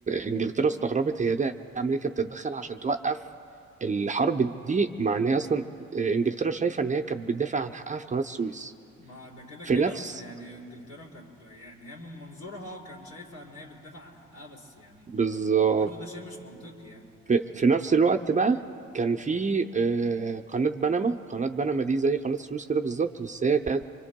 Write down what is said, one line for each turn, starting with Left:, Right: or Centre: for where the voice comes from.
Right: إنجلترا استغربت هي ده أمريكا بتتدخل عشان توقف الحرب دي مع إن هي أصلا آه، إنجلترا شايفة إن هي كانت بتدافع عن حقها في قناة السويس
Left: ما ده كده
Right: في
Left: كده
Right: نفس
Left: اصل يعني انجلترا كانت يعني هي من منظورها كان شايفة ان هي بتدافع عن حقها بس يعني
Right: بالظبط
Left: برضو ده شيء مش منطقي يعني
Right: في, في نفس الوقت بقى كان في آه، قناة بنما قناة بنما دي زي قناة السويس كده بالظبط بس هي كانت